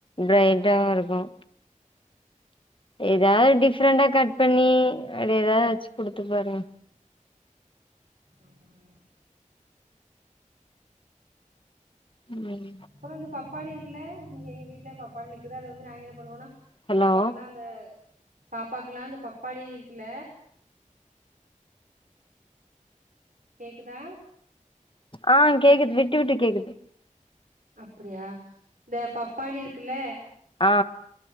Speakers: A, on the left (about 40°); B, on the right (about 85°).
A: பிரைட்டாவு
B: ஆமா
A: இருக்கு எதா டிஃப்ரெண்டா கட் பண்ணி அப்டி எதா வெச்சி குடுத்து பாருங்க
B: ஆமா ஆமா
A: ம்
B: அப்பறோ இந்த பப்பாளி இருக்குலே இங்க எங்க வீட்லே பப்பாள்னு இக்குது அத வந்து நாங்க என்ன பண்ணுவோனா
A: ஹலோ
B: பாப்பாக்லா அந்த பாப்பாக்குலா அந்த பப்பாளி இருக்குல கேக்குதா
A: ஆ கேக்குது விட்டு விட்டு கேக்குது
B: அப்டியா இந்த பப்பாளி இருக்குல்ல
A: ஆ